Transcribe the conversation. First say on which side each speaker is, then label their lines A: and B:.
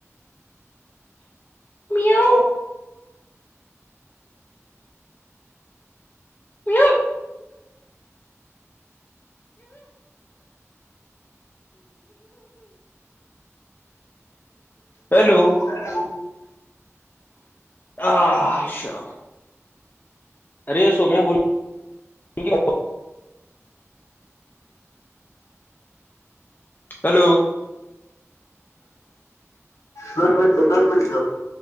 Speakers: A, on the left; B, on the left.
A: मीू म्याव पलू
B: हॅलो
A: अहहा शो अरे सोम्या बोल की. हॅलो
B: दोन मिनट दोन मिनट